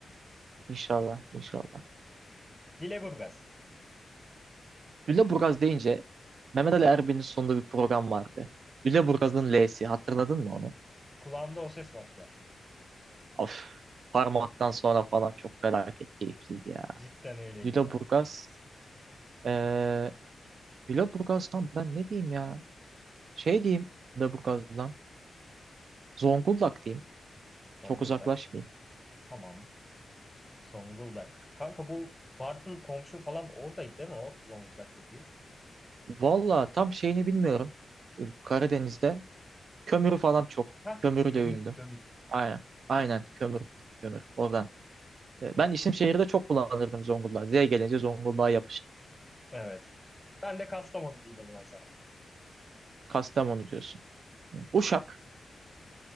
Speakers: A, on the right; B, in the centre.
A: inşallah inşallah.
B: Dileburgaz.
A: Lüleburgaz deyince Mehmet Ali Erbil'in sonunda bir program vardı. Lüleburgaz'ın L'si hatırladın mı onu?
B: Kulağımda o ses var şu an.
A: Of parmaktan sonra falan çok felaket keyifliydi ya.
B: Cidden öyleydi
A: Lüleburgaz
B: ya.
A: eee Lüleburgaz'dan ben ne diyeyim ya? Şey diyeyim Lüleburgaz'dan Zonguldak diyeyim.
B: Zonguldak.
A: Çok uzaklaşmayayım.
B: Tamam. Zonguldak. Kanka bu Bartın komşu falan oradaydı değil mi o Zonguldak dediğin?
A: Valla tam şeyini bilmiyorum. Ee, Karadeniz'de kömürü falan çok.
B: Heh.
A: Kömürüyle
B: Kömür,
A: ünlü.
B: kömür.
A: Aynen. Aynen kömür. Kömür. Oradan. Ee, Ben isim şehirde çok kullanırdım Zonguldak. Z gelince Zonguldak'a yapıştı.
B: Evet. Ben de Kastamonu diyeyim o zaman sana.
A: Kastamonu diyorsun. Uşak.